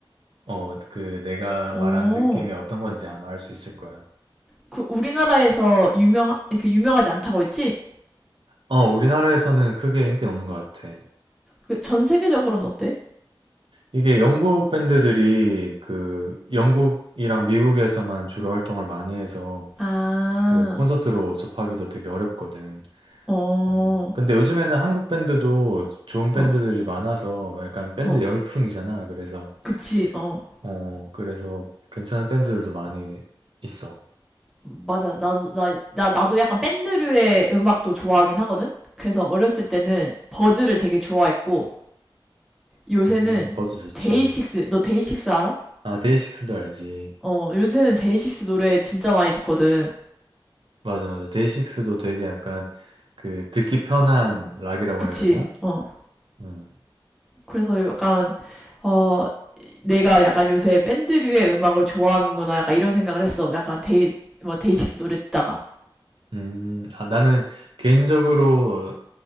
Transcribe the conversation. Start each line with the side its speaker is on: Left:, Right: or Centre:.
Right: 어, 그 내가
Centre: 어.
Right: 말한 느낌이 어떤 건지 아마 알 수 있을 거야.
Centre: 그 우리나라에서 유명 그 유명하지 않다고 했지?
Right: 어, 우리나라에서는 크게 인기는 없는 것 같아.
Centre: 그 전 세계적으로는 어때?
Right: 이게 영국 밴드들이 그 영국이랑 미국에서만 주로 활동을 많이 해서
Centre: 아,
Right: 그 콘서트로 접하기도 되게 어렵거든.
Centre: 어,
Right: 음. 근데 요즘에는 한국 밴드도 좋은 밴드들이
Centre: 어,
Right: 많아서 약간 밴드
Centre: 어.
Right: 열풍이잖아. 그래서,
Centre: 그치, 어.
Right: 어, 그래서 괜찮은 밴드들도 많이 있어.
Centre: 맞아. 나도, 나, 나, 나도 약간 밴드류의 음악도 좋아하긴 하거든? 그래서 어렸을 때는 버즈를 되게 좋아했고, 요새는
Right: 음, 버즈 좋지.
Centre: 데이식스, 너 데이식스 알아?
Right: 아, 데이식스도 알지.
Centre: 어, 요새는 데이식스 노래 진짜 많이 듣거든.
Right: 맞아, 맞아. 데이식스도 되게 약간 그 듣기 편한 락이라고
Centre: 그치?
Right: 해야 되나?
Centre: 어.
Right: 음.
Centre: 그래서 약간, 어, 내가 약간 요새 밴드류의 음악을 좋아하는구나. 약간 이런 생각을 했어. 약간 데이, 뭐, 데이식스 노래 듣다가.
Right: 음, 아, 나는 개인적으로